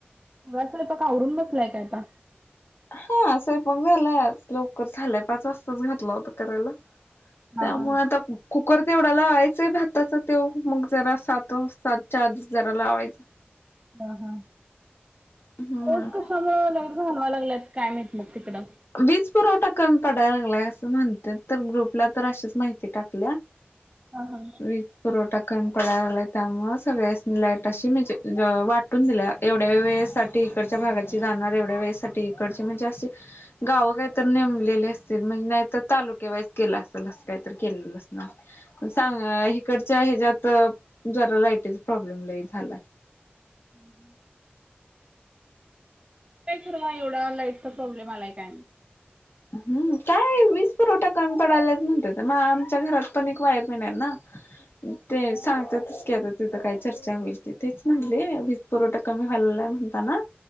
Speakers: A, on the right; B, on the left.
A: असंय प आवरून बसलाय काय आता
B: हा असय पग झालंय लवकर झालंय पाच वाजताच घातलं होता करायला त्यामुळे
A: हा हा
B: आता कुकर तेवढा लावायचांय भाताचा तेव मग जरा सात सात चार दिस जरा लावायच
A: ह हा
B: हम्म
A: रोज कसा मग लग घालवाय लागलंत काय माहत मग तिकडं
B: वीज पुरवठा कमी पडायला लागलाय असं म्हणते तर ग्रुपला तर अशीच माहिती टाकल्या
A: ह हा
B: वीज पुरवठा कमी पडलाय त्यामु सगळ्या लाईट अशी म्हणजे वाट कुटून दिल्या एवढ्या वेळेसाठी इकडच्या भागाची जाणार एवढ्या वेळेसाठी इकडचे म्हणजे असशी गावं काहीत नेमलेली असतील म्हणजे नाहीतर तालुक्यावाईज केलं असेल असं काहीतरी केलेलं अस ना सांग इिकडच्या ह्याच्यात जरा लाईटीचा प्रॉब्लेम झाला
A: ह कायर एवढा लाईटचा प्रॉब्लेम आलाय काय
B: हम् काय वीस पुरवठा कमी पडलाच म्हणते मग आमच्या घरात पण एक वायर पेन ना ते सांगतात तस का आता तिथं काय चर्चा होईल तथच म्हणले वीज पुरवठा कमी व्हायलाय म्हणताना